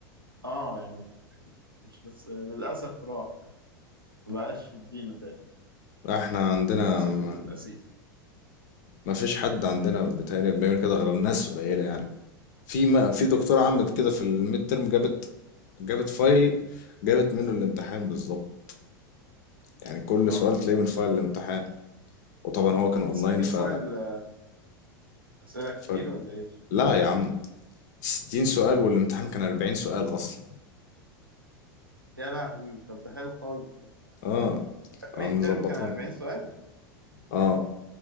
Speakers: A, on the right; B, on the left.
A: اه يعني مش بس للاسف راح ما بقاش يدينا تاني
B: احنا عندنا
A: للاسف
B: م-
A: الاسيف
B: ما فيش حد عندنا بيتهيألي بيعمل كده غير الناس قليلة يعني في ما في دكتورة عملت كده في الميد ترم جابت جابت فايل جابت منه الامتحان بالظبط يعني كل
A: تحفه
B: سؤال تلاقيه
A: ده
B: من فايل الامتحان وطبعا هو كان اونلاين
A: بس اكيد
B: ف
A: فايل آه، اسئله كتير
B: فرق
A: ولا ايش
B: لا يا عم 60 سؤال والامتحان كان 40 سؤال اصلا
A: يا لهوي طب ده حلو خالص
B: اه
A: الميد
B: اه مظبطانا
A: ترم كان 40 سؤال
B: اه